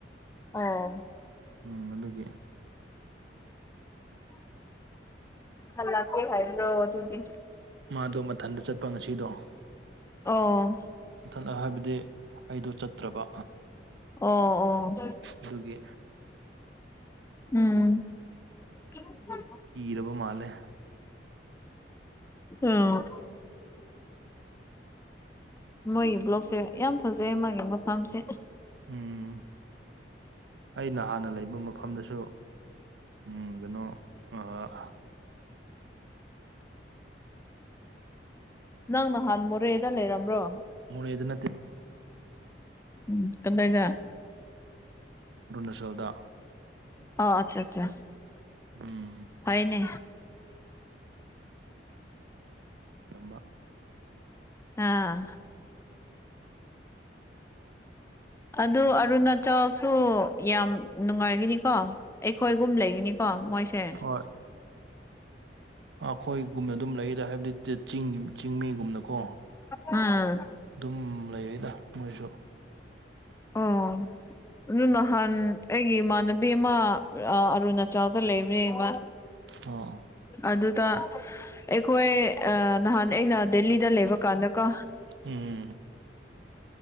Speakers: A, on the left (about 15°); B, on the right (about 75°).
A: ꯑꯣ
B: ꯎꯝ ꯑꯗꯨꯒꯤ
A: ꯍꯜꯂ ꯀꯦ <unintelligible> ꯑꯗꯨꯗꯤ
B: ꯃꯥꯗꯣ ꯃꯊꯟꯇ ꯆꯠꯄ ꯉꯁꯤꯗꯣ
A: ꯑꯣ
B: ꯃꯊꯠꯅ ꯍꯥꯏꯕꯗꯤ ꯑꯩꯗꯣ ꯆꯠꯇ꯭ꯔꯕ
A: ꯑꯣ ꯑꯣ
B: ꯑꯗꯨꯒꯤ
A: ꯎꯝ <inaudible>
B: ꯀꯤꯔꯕ ꯃꯥꯜꯂꯦ
A: ꯎꯝ ꯃꯣꯏꯒꯤ ꯕ꯭ꯂꯣꯛꯁꯦ ꯌꯥꯝ ꯐꯖꯩ ꯃꯥꯒꯤ ꯃꯐꯝꯁꯦ
B: ꯎꯝ ꯑꯩꯅ ꯍꯥꯟꯅ ꯂꯩꯕ ꯃꯐꯝꯗꯁꯨ ꯎꯝ ꯀꯩꯅꯣ ꯑꯥ
A: ꯅꯪ ꯅꯍꯥꯟ ꯃꯣꯔꯦꯗ ꯂꯩꯔꯝꯕ꯭ꯔꯣ
B: ꯃꯣꯔꯦꯗ ꯅꯠ
A: ꯎꯝ ꯀꯗꯗ
B: ꯑꯔꯨꯅꯥꯆꯜꯗ
A: ꯑꯣ ꯑꯆꯠꯆꯥ
B: ꯎꯝ
A: ꯐꯩꯅꯦ
B: <unintelligible>
A: ꯑꯥ ꯑꯗꯨ ꯑꯔꯨꯅꯥꯆꯜꯁꯨ ꯌꯥꯝ ꯅꯨꯡꯉꯥꯏꯒꯅꯤꯀꯣ ꯑꯩꯈꯣꯏꯒꯨꯝ ꯂꯩꯒꯅꯤꯀꯣ ꯃꯣꯏꯁꯦ
B: ꯍꯣꯏ ꯑꯩꯈꯣꯏꯒꯨꯝꯅ ꯑꯗꯨꯝ ꯂꯩꯌꯦꯗ ꯍꯥꯏꯕꯗꯤ <unintelligible> ꯆꯤꯡꯒꯤ ꯆꯤꯡꯃꯤꯒꯨꯝꯅꯀꯣ
A: ꯎꯝ
B: ꯑꯗꯨꯝ ꯂꯩꯔꯦꯗ ꯃꯣꯏꯁꯨ
A: ꯎꯝ ꯑꯗꯨ ꯅꯍꯥꯟ ꯑꯩꯒꯤ ꯏꯃꯥꯟꯅꯕꯤ ꯑꯃ ꯑ ꯑꯔꯨꯅꯥꯆꯜꯗ ꯂꯩꯕꯅꯦꯕ
B: ꯑꯥ
A: ꯑꯗꯨꯗ ꯑꯩꯈꯣꯏ ꯑ ꯅꯍꯥꯟ ꯑꯩꯅ ꯗꯦꯜꯂꯤꯗ ꯂꯩꯕ ꯀꯥꯟꯗ ꯀꯣ
B: ꯎꯝ